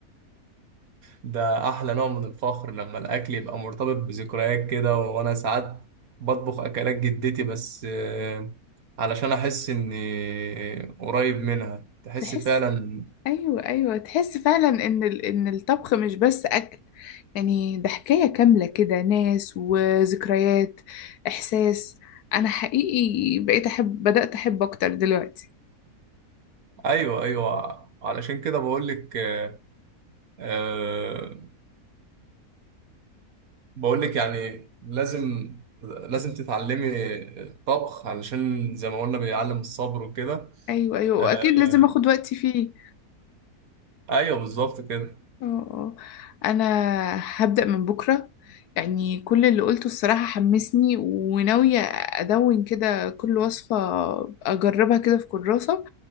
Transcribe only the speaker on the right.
ده احلى نوع من الفخر لما الاكل يبقى مرتبط بذكريات كده وانا ساعات بطبخ اكلات جدتي بس آه، علشان احس اني قريب منها تحس
فعلا
ايوه ايوه علشان كده بقول لك آه، آه، بقول لك يعني لازم لازم تتعلمي الطبخ علشان زي ما قلنا بيعلم الصبر وكده
آه،
ايوه بالظبط كده